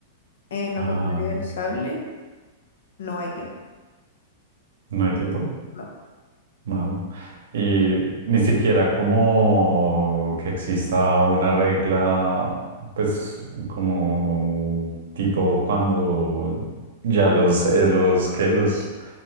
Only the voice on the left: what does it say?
En lo
contrario del
sable, no hay tiempo.
No.